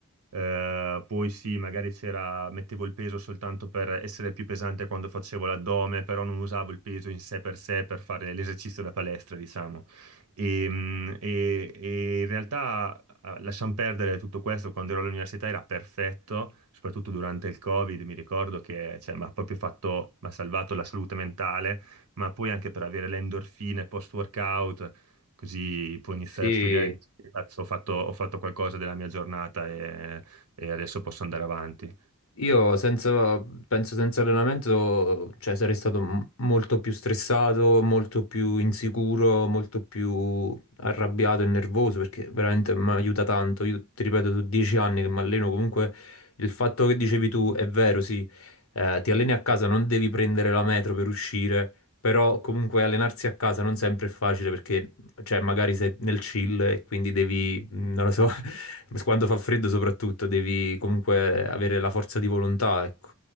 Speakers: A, on the right; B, on the left.
A: Eh, poi sì, magari c'era, mettevo il peso soltanto per essere più pesante quando facevo l'addome, però non usavo il peso in sé per sé per fare l'esercizio da palestra, diciamo. E, mh, e- e in realtà eh, lasciamo perdere tutto questo, quando ero all'università era perfetto, soprattutto durante il Covid, mi ricordo che cioè, mi ha proprio fatto, mi ha salvato la salute mentale, ma poi anche per avere le endorfine post-workout, così puoi iniziare
B: sì,
A: a studiare, e dici, "Cazzo, ho fatto, ho fatto qualcosa della mia giornata e e adesso posso andare avanti.
B: Io senza, penso senza allenamento, cioè, sarei stato m- molto più stressato, molto più insicuro, molto più arrabbiato e nervoso perché veramente mi aiuta tanto. Io ti ripeto, sono dieci anni che mi alleno, comunque il fatto che dicevi tu è vero, sì, eh, ti alleni a casa, non devi prendere la metro per uscire, però comunque allenarsi a casa non sempre è facile perché cioè, magari sei nel chill e quindi devi, mh, non lo so, <laughs> quando fa freddo soprattutto, devi comunque avere la forza di volontà, ecco.